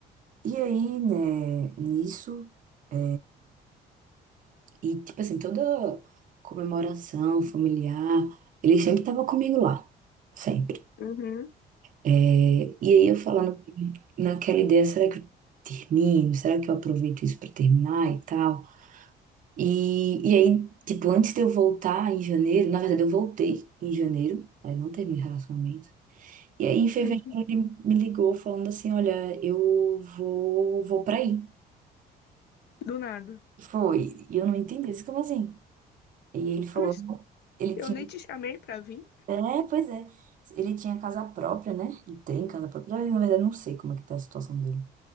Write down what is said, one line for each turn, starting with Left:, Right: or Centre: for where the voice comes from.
Right: E aí, né, nisso, é, e tipo assim, toda comemoração familiar, ele sempre tava comigo lá, sempre.
Left: Uhum.
Right: É, e aí eu falando naquela ideia, será que eu termino? Será que eu aproveito isso pra terminar e tal? E, e aí, tipo, antes de eu voltar em janeiro, na verdade eu voltei em janeiro, aí não teve relacionamento. E aí, em fevereiro,
Left: Uhum.
Right: ele me ligou falando assim: Olha, eu vou, vou pra aí.
Left: Do nada.
Right: Foi. E eu não entendi isso, como assim? E ele falou:
Left: Pois,
Right: Ele
Left: eu
Right: tinha.
Left: nem te chamei pra vir.
Right: É, pois é. Ele tinha casa própria, né? Ele tem casa própria. Na verdade, eu não sei como é que tá a situação dele.